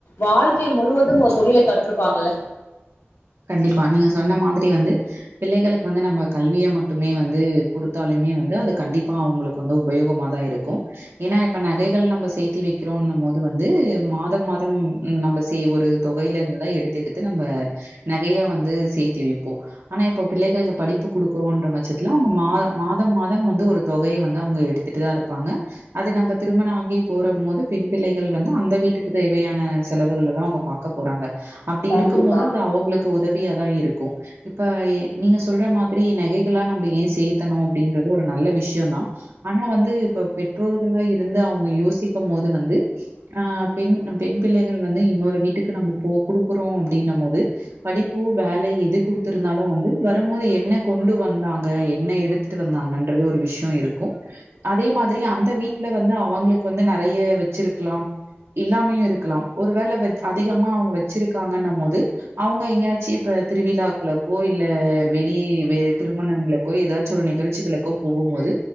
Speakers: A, on the left (about 85°); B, on the right (about 85°).
A: வாழ்க்கை முழுவதும் ஒரு தொழிலை கற்றுருப்பாங்கள் ல
B: கண்டிப்பா நீங்க சொன்ன மாதிரி வந்து பிள்ளைகளுக்கு வந்து நம்ம கல்வியை மட்டுமே வந்து குடுத்தாலே மே வந்து அது கண்டிப்பா அவங்களுக்கு வந்து உபயோகமா தா இருக்கு ஏன்னா இப்ப நகைகள் நம்ப சே த்தி வைக்கிறோன்ன மோது வந்து மாதம் மாதம் நம்ப சே ஒரு தொகையில இருந்துதா எடுத்து எடுத்து நம்ம அ நகைய வந்து சேர்த்தி வைப்போ ஆனா இப்ப பிள்ளைகளுக்கு படிப்பு குடுக்குறோன்ற பச்சத்துல அவங்க மா மாத மாதம் வந்து ஒரு தொகைய வந்து அவங்க எடுத்துட்டு தா இருப்பாங்க அது நம்ப திருமண ஆகி போற மோது பெண் பிள்ளைகள் வந்து அந்த வீட்டுக்கு தேவையான செலவுகள் தா அவங்க பாக்க போறாங்க அப்டி
A: கண்டிப்பா.
B: இரு க்கும் மோது அது அவங்களுக்கு உதவிய தா இருக்கு இப்ப நீங்க சொல்ற மாதிரி நகைகள்ள நம்ப ஏன் சேத்தணு அப்டின்ற இது ஒரு நல்ல விஷய தா ஆனா வந்து இப்ப பெற்றோர்களா இருந்து அவங்க யோசிக் க்க மோது வந்து ஹ் பெண் பெண் பிள்ளைகள் வந்து இன்னொரு வீட்டுக்கு நம்ம போ குடுக்கறோ அப்படின்னா மோது படிப்பு வேலை எது குடுத்து இருந்தாலு வந்து வரம்மோது என்ன கொண்டு வந்தாங்க என்ன எடுத்துட்டு வந்தா ங்ன்றது ஒரு விஷய இருக்கு அதே மாதிரி அந்த வீட்டல வந்து அவங்களுக்கு வந்து ந நறைய வச்சிருக்கலாம் இல்லாமேயு இருக்கலாம் ஒரு வேளை வே அதிகமா அவங்க வச்சிருக்காங்கன்ன போது அவங்க எங்கயாச்சி இப்ப திருவிழாக்லக்கோ இல்ல வெளி வேற திருமணங்களுக்கோ ஏதாச்சு ஒரு நி நிகழ்ச்சிகளுக்கோ போகும் போது